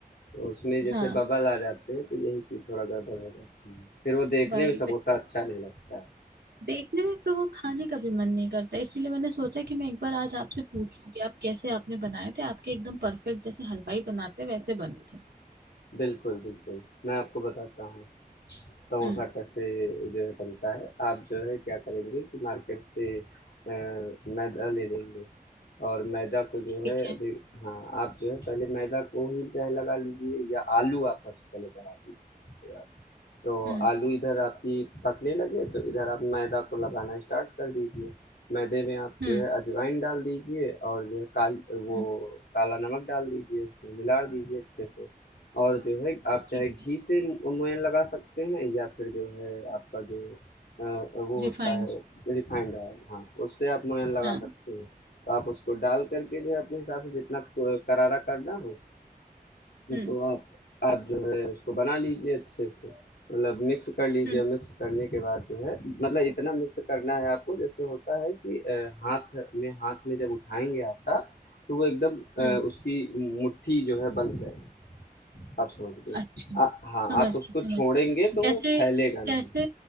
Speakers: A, on the left; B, on the right.
A: तो उसमें जैसे
B: हाँ
A: बबल आ जाते हैं तो यही चीज़ थोड़ा गड़बड़ हो जाती है फिर वो देखने
B: भाई
A: में समोसा
B: तो
A: अच्छा नहीं लगता है
B: देखने में तो वो खाने का भी मन नहीं करता इसीलिए मैंने सोचा कि मैं एक बार आज आपसे पूछूं कि आप कैसे आपने बनाए थे आपके एकदम परफेक्ट जैसे हलवाई बनाते वैसे बनते
A: बिल्कुल बिल्कुल मैं आपको बताता हूँ समोसा
B: हम्म
A: कैसे जो है बनता है आप जो है क्या करेंगे कि मार्केट से अ, मैदा ले लेंगे और मैदा को जो
B: ठीक
A: है अभी
B: है
A: हाँ आप जो है पहले मैदा को ही चाहे लगा लीजिए या आलू आप सबसे पहले चढ़ा दीजिए उसके बाद तो
B: हम्म
A: आलू इधर आपकी पकने लगे तो इधर आप मैदा को लगाना स्टार्ट कर दीजिए मैदे में आप
B: हम्म
A: जो है अजवाइन डाल दीजिए और जो है काल वो
B: हम्म।
A: काला नमक डाल दीजिए उसमें मिला दीजिए अच्छे से और जो है आप
B: ठीक
A: चाहे घी
B: है
A: से मु- मुंयन लगा सकते हैं या फिर जो है आपका जो अ, वो होता
B: रिफाइंड
A: है रिफाइंड ऑयल हाँ उससे आप मुंयन लगा
B: हाँ
A: सकते हैं तो आप उसको डाल करके जो है अपने हिसाब से जितना क- करारा करना हो तो
B: हम्म
A: आप आप जो है उसको बना लीजिए अच्छे से मतलब मिक्स कर लीजिए
B: हम्म
A: मिक्स करने के बाद जो है मतलब इतना मिक्स करना है आपको जैसे होता है कि अ, हाथ में हाथ में जब उठाएंगे आटा तो वो एकदम
B: हम्म
A: अ, उसकी मुट्ठी जो है बंध जाए आप समझ गए
B: अच्छा
A: आ- हाँ
B: समझ
A: आप उसको
B: गई समझ
A: छोड़ेंगे
B: गई
A: तो
B: जैसे
A: वो फैलेगा नहीं
B: जैसे